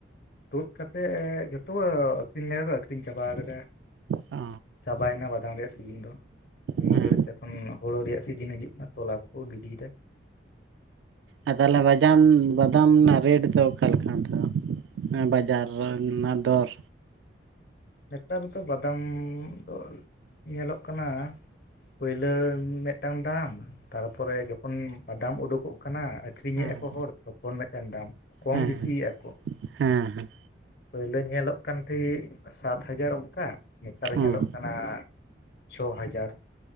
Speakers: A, on the left; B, on the right.
A: ᱛᱩᱫ ᱠᱟᱛᱮ ᱡᱚᱛᱚ ᱟᱹᱠᱷᱨᱤᱧ ᱞᱮᱜᱟ ᱠᱚ ᱟᱹᱠᱷᱨᱤᱧ ᱪᱟᱵᱟ ᱟᱠᱟᱫᱟ ᱾
B: ᱚ
A: ᱪᱵᱟᱭᱱᱟ ᱵᱟᱫᱟᱢ ᱨᱮ ᱥᱤᱡᱤᱱ ᱫᱚ ᱱᱤᱭᱟᱹ
B: ᱦᱮᱸ
A: ᱜᱷᱟᱹᱲᱤᱡ ᱡᱚᱠᱷᱚᱱ ᱦᱳᱲᱳ ᱨᱮᱭᱟᱜ ᱥᱤᱡᱤᱱ ᱦᱤᱡᱩᱜ ᱠᱟᱱᱟ, ᱛᱚᱞᱟ ᱠᱚᱠᱚ ᱜᱤᱰᱤᱭᱮᱫᱟ ᱾
B: ᱟᱨ ᱛᱟᱦᱚᱞᱮ ᱵᱟᱡᱟᱢ ᱵᱟᱫᱟᱢ ᱨᱮᱱᱟᱜ ᱨᱮᱴ ᱫᱚ ᱚᱠᱟᱞᱮᱠᱟ ᱚᱱᱛᱮ ᱫᱚ? ᱵᱟᱡᱟᱨ ᱨᱮᱱᱟᱜ ᱫᱚᱨ?
A: ᱱᱮᱛᱟᱨ ᱫᱚ ᱵᱟᱫᱟᱢ ᱫᱚ ᱧᱮᱞᱚᱜ ᱠᱟᱱᱟ ᱾ ᱯᱩᱭᱞᱟᱹ ᱢᱤᱫᱴᱟᱝ ᱫᱟᱢ ᱛᱟᱨᱯᱚᱨᱮ ᱡᱚᱠᱷᱚᱱ ᱵᱟᱫᱟᱢ ᱩᱰᱩᱠᱚᱜ ᱠᱟᱱᱟ, ᱟᱹᱠᱷᱨᱤᱧᱮᱫ
B: ᱦᱮᱸ
A: ᱟᱠᱚ ᱦᱚᱲ ᱛᱚᱠᱷᱚᱱ ᱢᱤᱫᱴᱮᱱ ᱫᱟᱢ ᱠᱚᱢ
B: ᱦᱮᱸ
A: ᱵᱮᱥᱤᱭᱮᱫ ᱟᱠᱚ
B: ᱦᱮᱸ
A: ᱾
B: ᱦᱮᱸ
A: ᱯᱳᱭᱞᱳ ᱧᱮᱞᱚᱜ ᱠᱟᱱ ᱛᱟᱦᱮᱸ ᱥᱟᱛ ᱦᱟᱡᱟᱨ ᱚᱱᱠᱟ, ᱱᱮᱛᱟᱨ ᱦᱚᱸ
B: ᱦᱩᱸ
A: ᱧᱮᱞᱚᱜ ᱠᱟᱱᱟ ᱪᱷᱚ ᱦᱟᱡᱟᱨ ᱾